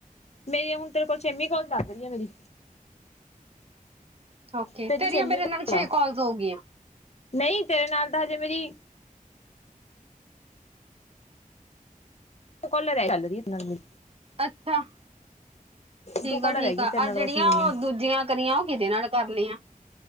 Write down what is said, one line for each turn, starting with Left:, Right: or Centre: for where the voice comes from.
Left: ਮੇਰੀ ਇਹ ਹੁਣ ਤੇਰੇ ਕੋਲ ਛੇਵੀਂ ਕੋਲ ਲੱਗ ਰੀਏ ਮੇਰੀ।
Right: <unintelligible>
Left: ਤੇਰੀ ਛੇਮੀਂ
Right: ਮੇਰੇ
Left: ਕੌਲ
Right: ਨਾਲ ਛੇ
Left: ਐ,
Right: ਕਾਲਸ ਹੋ ਗਈਆਂ
Left: ਨਹੀਂ ਤੇਰੇ ਨਾਲ ਤਾਂ ਹਜੇ ਮੇਰੀ ਇਕ ਕੌਲ ਰਹਿ, ਕੌਲ ਚੱਲ ਰੀ ਐ ਤੇਰੇ ਨਾਲ ਮੇਰੀ।
Right: ਅੱਛਾ, ਠੀਕ
Left: ਦੋ ਕੋਲਰ
Right: ਆ- ਠੀਕ
Left: ਹੈਗੀਆਂ
Right: ਆ,
Left: ਤੇਰੇ
Right: ਆਹ
Left: ਨਾਲ
Right: ਜਿਹੜੀਆਂ
Left: ਬਸ ਮੇਰੀਆਂ
Right: ਉਹ ਦੂਜੀਆਂ ਕਰੀਆਂ ਉਹ ਕਿਹਦੇ ਨਾਲ ਕਰ ਲਿਆਂ।